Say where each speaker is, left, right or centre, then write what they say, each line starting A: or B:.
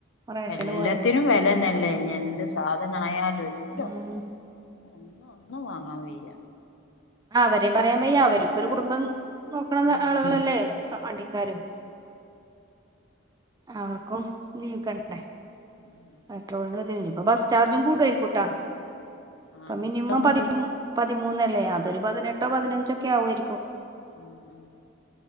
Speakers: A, on the right; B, on the left.
A: റേഷന്
B: എല്ലാത്തിനും
A: പോയ
B: വെലന്നല്ലേ ഇനി എന്ത് സാധനായാലും എല്ലാം
A: ഉം
B: ഒന്ന്ഒന്നും വാങ്ങാൻ വയ്യ
A: അവരേ പറയാൻ പയ്യ അവരും ഇപ്പൊ ഒരു കുടുംബം നോക്ണ
B: ഉം
A: ആളുകളല്ലേ വണ്ടിക്കാരും അവർക്കും ജീവിക്കണ്ടേ
B: <unintelligible>
A: പെട്രോളിന് ഇപ്പൊ ബസ് ചാർജും കൂടുആയിരിക്കൂട്ടോ ഇപ്പൊ
B: ആഹ് ഇഞ്ഞ്
A: മിനിമം
B: കൂടെ മതി
A: പതി മു പതിമൂന്നല്ലേ അതൊരു പതിനെട്ടോ പതിനഞ്ചോ ഒക്കെ ആവുആയിരിക്കും
B: ഉം ഉം